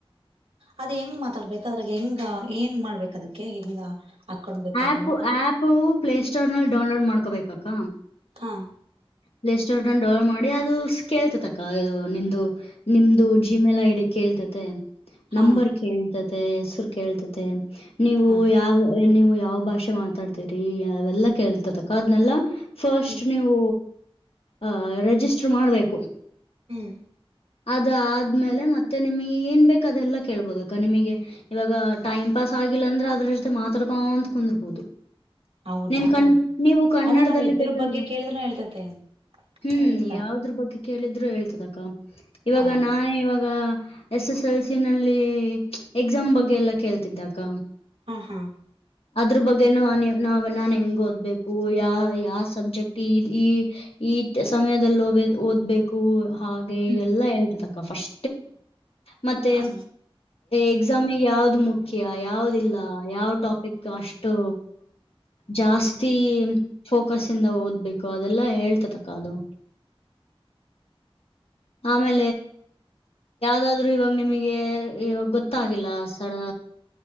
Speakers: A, on the right; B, on the left.
A: ಅದ ಹೆಂಗ್ ಮಾತಾಡ್ಬೇಕ ಅದ್ರಾಗ ಹೆಂಗ ಏನ್ ಮಾಡ್ಬೇಕ ಅದಕ್ಕೆ ಹೆಂಗ ಹಾಕೊಂಡ್ಬೇಕ
B: ಆಪ್
A: ಅದನ್ನ
B: ಆಪ್ ಪ್ಲ ಸ್ಟೋರ್ ನಲ್ಲಿ ಡೌನ್ಲೋಡ್ ರೆಕಾರ್ಡ ಮಾಡ್ಕೋಬೇಕಕ್ಕ
A: ಹಾ
B: ಪ್ಲೇ ಸ್ಟೋರ್ ಡೌನ್ಲೋಡ್ ಮಾಡಿ ಅದು ಕೇಳ್ತತ ಅಕ್ಕ ಇದು ನಿಮ್ದು ನಿಮ್ದು ಜಿಮೇಲ್ ಐಡಿ ಕೇಳ್ತತೆ
A: ಹಾ
B: ನಂಬರ್ ಕೇಳ್ತದೆ ಹೆಸರು ಕೇಳ್ತತೆ ನೀವು
A: ಹ
B: ಯಾವ ನೀವು ಯಾವ ಭಾಷೆ ಮಾತಾಡ್ತೀರಿ ಅವೆಲ್ಲಾ ಕೇಳ್ತತಕ್ಕ ಅದನೆಲ್ಲ ಫಸ್ಟ್
A: ಹ್ಮ್
B: ನೀವು ಆ ರಿಜಿಸ್ಟರ್ ಮಾಡ್ಬೇಕು
A: ಹ್ಮ್
B: ಅದ ಆದ್ಮೇಲೆ ಮತ್ತೆ ನಿಮ್ ಏನ್ ಬೇಕ ಅದೆಲ್ಲಾ ಕೇಳ್ಬೋದ ಅಕ ನಿಮಗೆ ಇವಾಗ ಟೈಮ್ ಪಾಸ್ ಆಗಿಲ್ಲ ಅಂದ್ರೆ ಅದ್ರ ಜೊತೆ ಮಾತಾಡ್ಕೊ ಅಂತ ಕುಂದರರ್ಬೋದು
A: ಹೌದಾ
B: ನೀನ್ ಕನ್ ನೀವು ಕನ್ನಡದಲ್ಲಿ
A: ಅಂದ್ರೆ ನಾವ್ ಇದ್ರ
B: ಬೇಕಂದ್ರೆ
A: ಬಗ್ಗೆ ಕೇಳಿದ್ರೆ ಹೇಳ್ತತೆ
B: ಹ್ಮ್
A: ಹೇಳುತ್ತಾ
B: ಯಾವದ್ರ ಬಗ್ಗೆ ಕೇಳಿದ್ರು ಹೇಳ್ತದಕ್ಕ ಇವಾಗ
A: ಹೌದು
B: ನಾನೇ ಇವಾಗ ಎಸ್ ಎಸ್ ಎಲ್ಸ ನಲ್ಲಿ ಎಕ್ಸಾಮ್ ಬಗ್ಗೆ ಎಲ್ಲ ಕೇಳ್ತಿದ್ದಕ್ಕ
A: ಹಾ ಹಾ
B: ಅದ್ರ ಬಗ್ಗೆನ ನಾನು ಹೆಂಗ್ ಓದ್ಬೇಕು ಯಾ ಯಾವ ಸಬ್ಜೆಕ್ಟ್ ಈ ಈ ಈ ಸಮಯದಲ್ಲಿ ಓದ್ಬೇಕು
A: ಹ್ಮ್
B: ಲ್ಲ ಹೇತ ಫಸ್ ಮೆ
A: ಹ
B: ಎಕ್ಸಾಮ ಯ ಮು ಮುಖ್ಯ ಯಾವವುದಿಲ್ಲ ಯಾವ್ ಾಪಿಕ್ ಅಷ್ಟು ಜಾಸ್ತಿ ೋಕಸ್ ಿಂದ ಓದ್ಬೇಕು ಅದೆಲ್ಲಾ ಹೇಳ್ತತಕ್ಕ ಅದು <inaudible> ಆಮೇ ಾದ್ರೂ ಇವಾಗ ನಿಮಗೆಾಗ ಗೊತ್ತಾಗಿಲ್ಲ ಸಡ